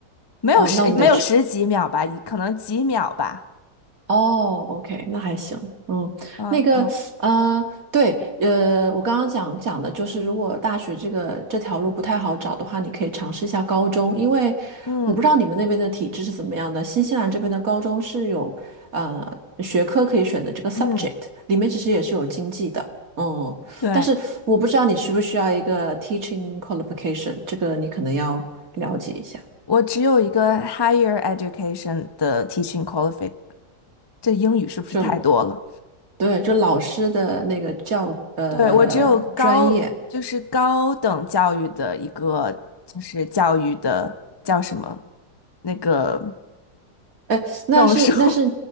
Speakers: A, on the left; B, on the right.
A: 没有十没有十几秒吧，
B: 哦，那我们得吃。
A: 可能几秒吧。
B: 哦，OK，那还行，嗯，
A: 嗯嗯
B: 那个，呃，对，呃，我刚刚讲讲的就是，如果大学这个这条路不太好找的话，你可以尝试一下高中，因为
A: 嗯
B: 我不知道你们那边的体制是怎么样的，新西兰这边的高中是有呃学科可以选的这个 subject，
A: 嗯，
B: 里面其实也是有经济的，嗯，
A: 对，
B: 但是我不知道你需不需要一个 teaching qualification，这个你可能要了解一下。
A: 我只有一个 higher education 的 teaching qualification。这英语是不是太多了？
B: 就对，就老师的那个教呃专业。
A: 对，我只有高，就是高等教育的一个，就是教育的叫什么那个
B: 哎，那是那是
A: 证书。